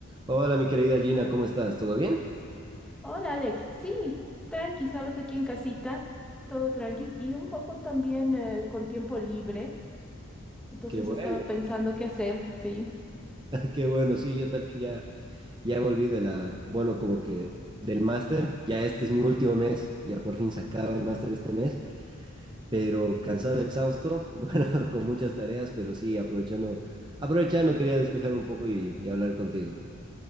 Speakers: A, on the right (about 20°); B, in the centre.
A: Hola, mi querida Gina, ¿cómo estás? ¿Todo bien?
B: Hola Alex, sí, tranqui, sabes, aquí en casita, todo tranqui y un poco también eh, con tiempo libre, entonces
A: Qué Bueno,
B: estaba pensando
A: <laughs>
B: qué hacer, sí,
A: qué bueno, sí, yo también ya, ya volví de la, bueno, como que del máster, ya este es mi último mes, ya por fin se acaba el máster este mes, pero cansado, exhausto, <laughs> bueno, con muchas tareas, pero sí, aprovechando, aprovechando, quería despejar un poco y, y hablar contigo.